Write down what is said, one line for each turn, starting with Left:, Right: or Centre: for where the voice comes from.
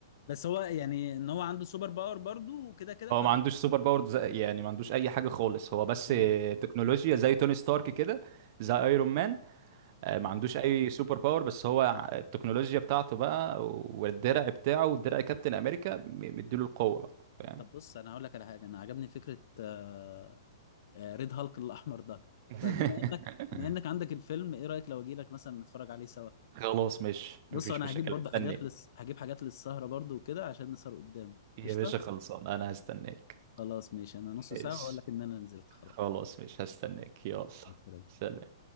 Left: بس هو يعني ان هو عنده سوبر باور برضه وكده كده
Right: هو
Left: ف
Right: ما عندوش سوبر باور زي- يعني ما عندوش اي حاجه خالص هو بس
Left: تمام
Right: آه، تكنولوجيا زي توني ستارك كده زي ايرون مان آه،
Left: تمام
Right: ما عندوش اي سوبر باور بس هو ع- التكنولوجيا بتاعته بقى والدرع بتاعه ودرع كابتن امريكا م- مديله القوه بقى فاهم
Left: طب بص انا هقول لك على حاجه انا عجبني فكره آه، آه، ريد هالك الاحمر ده
Right: <laughs>
Left: فبما انك بما انك عندك الفيلم ايه رايك لو اجي لك مثلا نتفرج عليه سوا
Right: خلاص مش
Left: بص
Right: مفيش
Left: انا
Right: مشاكل
Left: هجيب برضه
Right: استناك
Left: حاجات لس... هجيب حاجات للسهره برضه وكده عشان نسهر قدام
Right: يا
Left: قشطه
Right: باشا خلصان انا هستناك
Left: خلاص ماشي انا نص
Right: ماشي
Left: ساعه واقول لك ان انا نزلت
Right: خلاص
Left: خلاص
Right: مش هستناك يلا
Left: مع السلامة.
Right: سلام